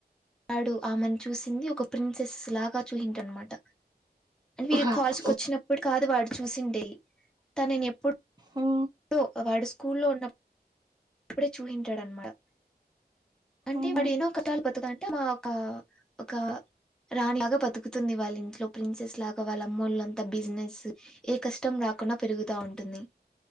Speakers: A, in the centre; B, on the right.
A: వాడు ఆమెను చూసింది ఒక ప్రిన్సెస్ లాగ చూసిండనమాట వీళ్ళు
B: వావ్
A: కాలేజ్కి వచ్చినప్పుడు కాదు వాడ్ చూసిండే తను నేను ఎప్పుడు
B: ఉహు
A: అో వాడు స్కూల్లో ఉన్నప్పుడే చూసిండనమాట అంటే
B: ఉహు
A: వాడు ఎన్నో కష్టాలు పడుతుందె అంటే మా ఒక ఒక రానిలాగ బతుకుతుంది వాళ్ళ ఇంట్లో ప్రిన్సెస్ లాగ వాళ్ళ అమ్మ వాళ్ళంతా బిజినెస్ ఏ కష్టం రాక్ త కున్న పెరుగుతా ఉంటుంది